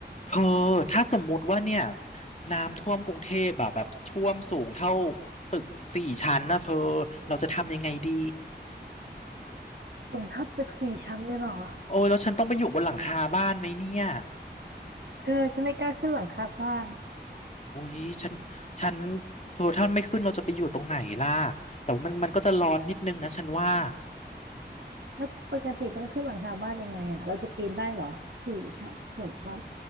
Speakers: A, on the left; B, on the right.
A: เธอถ้าสมมุติว่าเนี่ยน้ำท่วมกรุงเทพแบบแบบท่วมสูงเท่าตึกสี่ชั้นนะเธอเราจะทำยังไงดี
B: สูงเท่าตึกสี่ชั้นเลยเหรอ
A: โอ้ยแล้วฉันต้องไปอยู่บนหลังคาบ้านไหมเนี่ย
B: เธอฉันไม่กล้าขึ้นหลังคาบ้าน
A: อุ้ยฉันฉันเธอถ้าไม่ขึ้นเราจะไปอยู่ตรงไหนล่ะแต่ว่ามันมันก็จะร้อนนิดนึงนะฉันว่า
B: แล้วปกติต้องขึ้นหลังคาบ้านยังไงอ่ะเราจะปีนได้เหรอสี่ชั้นฝนน้